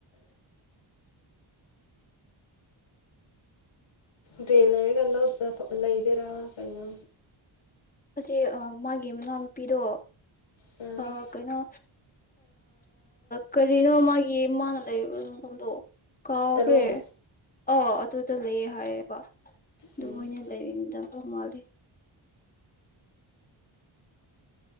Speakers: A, on the left; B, on the left.
A: ꯗ꯭ꯔꯦꯟ ꯂꯩꯔꯒ ꯂꯩꯗꯦꯔꯥ ꯀꯩꯅꯣ
B: ꯑꯁꯤ ꯃꯥꯒꯤ ꯃꯅꯥꯎꯅꯨꯄꯤꯗꯣ
A: ꯎꯝ
B: ꯑ ꯀꯩꯅꯣ ꯀꯔꯤꯅꯣ ꯃꯥꯒꯤ ꯃꯥꯅ ꯂꯩ ꯃꯐꯝꯗꯣ ꯀꯥꯎꯈ꯭ꯔꯦ
A: ꯇꯔꯨꯡ
B: ꯑ ꯑꯗꯨꯗ ꯂꯩꯌꯦ ꯍꯥꯏꯌꯦꯦꯕ ꯑꯗꯨ
A: ꯎꯝ
B: ꯃꯣꯏꯅ ꯂꯩꯕꯤꯗꯗꯧ ꯃꯥꯂꯦ